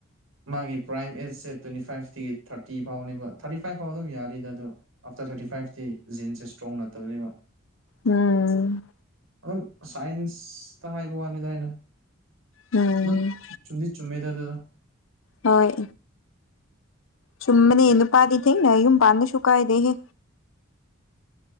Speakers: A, on the right; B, on the left.
A: ꯃꯥꯒꯤ ꯄ꯭ꯔꯥꯏꯝ ꯑꯦꯖꯁꯦ ꯇ꯭ꯋꯦꯟꯇꯤ ꯐꯥꯏꯚꯇꯒꯤ ꯊꯥꯔꯇꯤ ꯐꯥꯎꯅꯦꯕ ꯊꯥꯔꯇꯤ ꯐꯥꯏꯚ ꯐꯥꯎ ꯑꯗꯨꯝ ꯌꯥꯔꯤꯗ ꯑꯗꯣ ꯑꯥꯐꯇꯔ ꯊꯥꯔꯇꯤ ꯐꯥꯏꯚꯇꯤ ꯖꯤꯟꯁꯦ ꯏꯁꯇ꯭ꯔꯣꯡ ꯅꯠꯇꯕꯅꯤꯕ
B: ꯎꯝ
A: ꯑꯗꯨ ꯁꯥꯏꯟꯁꯇ ꯍꯥꯏꯕ ꯋꯥꯅꯤꯗ ꯑꯩꯅ
B: ꯎꯝ
A: ꯑꯗꯨꯝ ꯆꯨꯝꯗꯤ ꯆꯨꯝꯃꯦꯗ ꯑꯗꯨꯗꯣ
B: ꯍꯣꯏ ꯆꯨꯝꯕꯅꯦ
A: ꯑꯩ
B: ꯅꯨꯄꯥꯗꯤ ꯊꯦꯡꯅ ꯌꯨꯝ ꯄꯥꯜꯂꯁꯨ ꯀꯥꯏꯗꯦꯍꯦ